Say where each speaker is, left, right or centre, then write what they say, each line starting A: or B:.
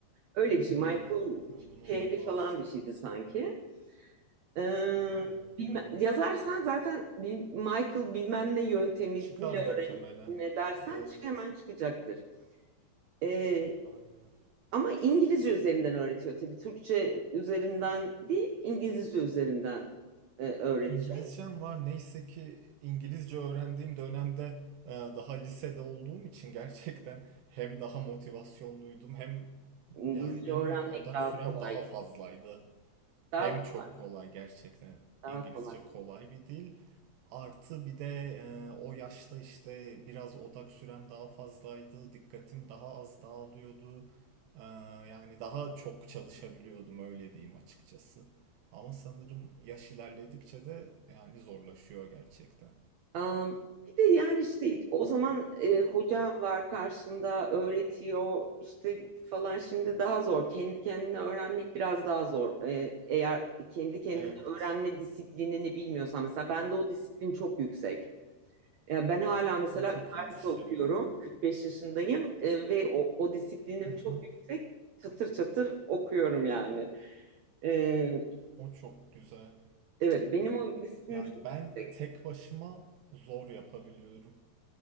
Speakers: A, on the right; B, on the right.
A: Öyle bir şey.
B: Hmm,
A: Michael
B: yo, bunu
A: Kelly
B: duymamıştım.
A: falan bir şeydi sanki. Ee,
B: Aynen.
A: bilme- yazarsan zaten bil- Michael bilmem ne yöntemi
B: Çıkar
A: dil öğrenme
B: muhtemelen.
A: dersen
B: Evet,
A: çık hemen çıkacaktır. Ee,
B: aynen.
A: ama İngilizce üzerinden öğretiyor tabii. Türkçe üzerinden değil, İngilizce üzerinden e, öğretecek.
B: İngilizcem var. Neyse ki İngilizce öğrendiğim dönemde e, daha lisede olduğum için gerçekten hem daha motivasyonluydum hem
A: İngilizce
B: yani bilmiyorum
A: öğrenmek
B: odak
A: daha
B: sürem
A: kolay.
B: daha fazlaydı.
A: Daha
B: Hem
A: kolay.
B: çok kolay gerçekten.
A: Daha
B: İngilizce
A: kolay.
B: kolay bir dil. Artı bir de e, o yaşta işte biraz odak sürem daha fazlaydı, dikkatim daha az dağılıyordu. E, yani daha çok çalışabiliyordum öyle diyeyim açıkçası. Ama sanırım yaş ilerledikçe de yani zorlaşıyor gerçekten.
A: Am, bir de yani işte o zaman e, hoca var karşında öğretiyor işte falan şimdi daha zor. Kendi kendine öğrenmek biraz daha zor. E, eğer kendi kendine
B: Evet,
A: öğrenme disiplinini bilmiyorsan mesela bende o disiplin çok yüksek. Ya ben hala mesela
B: o çok
A: üniversite
B: iyi bir şey
A: okuyorum.
B: ya.
A: 45 yaşındayım e, ve o, o disiplinim
B: Hı hı.
A: çok yüksek. Çatır çatır okuyorum yani. E,
B: O çok güzel.
A: evet benim o disiplinim
B: Yani
A: çok
B: ben
A: yüksek.
B: tek başıma zor yapabiliyorum.